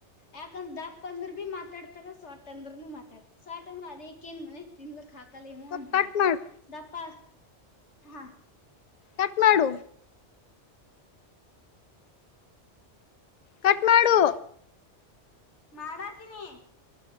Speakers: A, on the left (about 70°); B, on the left (about 45°).
A: ಯಾಕಂದ ದಪ್ ಅಂದ್ರ ಬಿ ಮಾತಾಡ್ತಾರ ಸೊಟ್ ಅಂದ್ರನು ಮಾತಾಡ ಸೋರ್ಟ್ ಅಂದ್ರ ಅದಕ್ಕ ಏನ್ ಮನೆ ತಿನ್ಲಕ್ ಹಾಕ್ ಕಲಿನು
B: ಸ್ವಲ್ಪ್
A: ಅಂತರ
B: ಕಟ್ ಮಾಡು
A: ದಪ್ಪ ಹಾ
B: ಕಟ್ ಮಾಡು. ಕಟ್ ಮಾಡು.
A: ಮಾಡಾತಿನಿ.